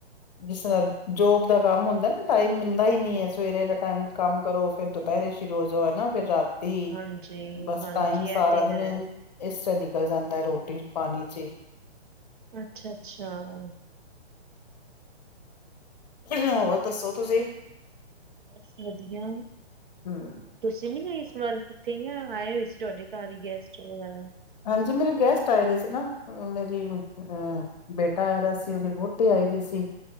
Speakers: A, on the left; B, on the right.
A: ਜਿਸ ਨਾਲ ਜੋਬ ਦਾ ਕੰਮ ਹੁੰਦਾ ਨਾ ਟਾਈਮ ਮਿਲਦਾ ਈ ਨਈ ਹੈ ਸਵੇਰੇ ਦਾ ਟਾਈਮ ਕੰਮ ਕਰੋ ਫੇਰ ਦੁਪਹਿਰੇ ਸ਼ੁਰੂ ਹੋ ਜਾਓ ਹਨਾ ਫਿਰ ਰਾਤ ਤੇ
B: ਹਾਂਜੀ
A: ਬਸ
B: ਹਾਂਜੀ
A: ਟਾਈਮ
B: ਇਹ
A: ਸਾਰਾ
B: ਤੇ ਹੈ
A: ਦਿਨ ਇਸ ਤਰਾ ਨਿਕਲ ਜਾਂਦਾ ਰੋਟੀ ਪਾਣੀ ਚ ਈ
B: ਅੱਛਾ <unintelligible>
A: ਹੋਰ ਦੱਸੋ ਤੁਸੀਂ
B: ਬਸ ਵਧੀਆ।
A: ਹੂੰ
B: ਤੁਸੀਂ ਨੀ ਗਏ ਇਸ ਵਾਰ ਕਿੱਥੇ ਯਾ ਆਏ ਹੋਏ ਸੀ ਤੁਹਾਡੇ ਘਰ ਈ ਗੈਸਟ ਵਗੈਰਾ।
A: ਹਾਂਜੀ ਮੇਰੇ ਗੈਸਟ ਆਏ ਦੇ ਸੀ ਨਾ। ਮੇਰੀ ਹੂੰ ਬੇਟਾ ਆਯਾ ਦਾ ਸੀ ਉਹਦੀ ਵੋਟੀ ਆਈ ਦੀ ਸੀ।